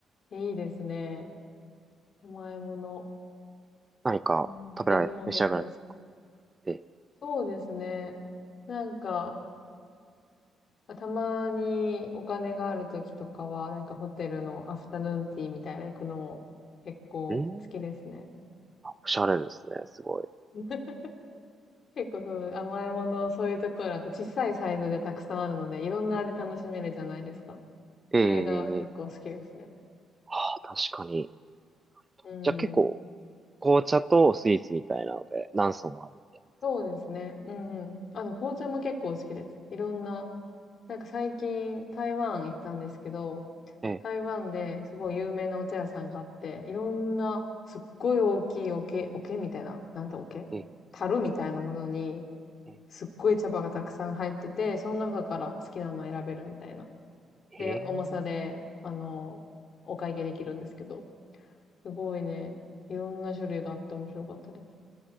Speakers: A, on the left; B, on the right.
A: ん。いいですね。甘いもの。
B: 何か食べられ、
A: うん、私も結構好き。
B: 召し上がられて。
A: そうですね。なんか、たまにお金がある時とかは、なんかホテルのアフタヌーンティーみたいな行くのも結構好きですね。
B: え、うん、おしゃれですね。すごい。
A: <laughs> 結構その甘いもの、そういうところだと小さいサイズでたくさんあるので、いろんな味楽しめるじゃないですか。
B: ええ
A: それが結構好きですね。
B: はあ、確かに。
A: うん。
B: じゃあ結構、紅茶とスイーツみたいなので、何層もあるんで。
A: そうですね。うんうん。あの、紅茶も結構好きです。いろんな、なんか最近台湾行ったんですけど、
B: ええ、
A: 台湾ですごい有名なお茶屋さんがあって、いろんなすっごい大きい桶、桶みたいな、なんて桶樽みたいなものに、
B: ええ、え
A: すっごい茶葉がたくさん入ってて、その中から好きなのを選べるみたいな。で、
B: え、へえ
A: 重さで、あの、お会計できるんですけど、すごいね、いろんな種類があって面白かったです。